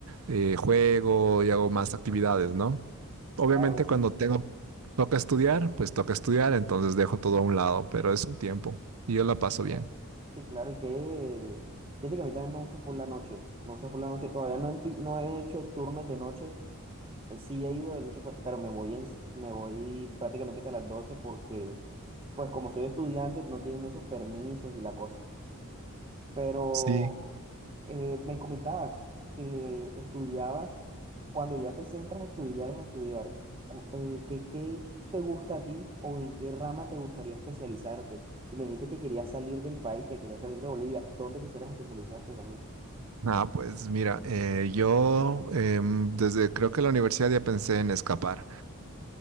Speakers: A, on the right; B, on the right.
A: eh, juego y hago más actividades, ¿no? Obviamente
B: Claro,
A: cuando
B: y,
A: tengo, toca estudiar, pues toca estudiar, entonces dejo todo a un lado, pero es un tiempo y yo la paso
B: y claro.
A: bien.
B: Sí, claro, y que... Fíjate que a mí también me gusta full la noche. Me gusta full la noche. Todavía no he, empi- no he hecho turnos de noche. Sí he ido de noche, pe- pero me voy, en, me voy prácticamente que a las 12 porque, pues como soy estudiante, no tienen esos permisos y la cosa. Pero,
A: Sí.
B: Eh, me comentabas que estudiabas, cuando ya te centras a estudiar, es a estudiar. Cu- eh, ¿qué, qué te gusta a ti o en qué rama te gustaría especializarte? Y me dijiste que querías salir del país, que querías salir de Bolivia. ¿Dónde quisieras especializarte también?
A: Ah, pues mira, eh, yo em, desde creo que la universidad ya pensé en escapar.